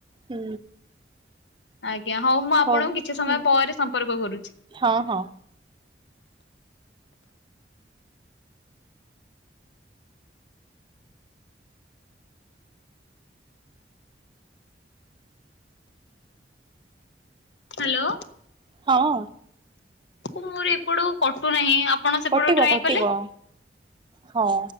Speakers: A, on the right; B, on the left.
A: ହୁଁ।
B: ଆଜ୍ଞା ହୋଉ ମୁଁ ଆପଣଙ୍କୁ
A: ହଉ
B: କିଛି ସମୟ
A: ହୁଁ
B: ପରେ ସମ୍ପର୍କ କରୁଚି।
A: ହଁ ହଁ
B: ହାଲୋ?
A: ହଁ।
B: ମୋର ଏପଟକୁ କଟୁନାହିଁ ଆପଣ ସେପଟୁ
A: କଟିବ
B: ଟ୍ରାଏ
A: କଟିବ
B: କଲେ।
A: ହଁ।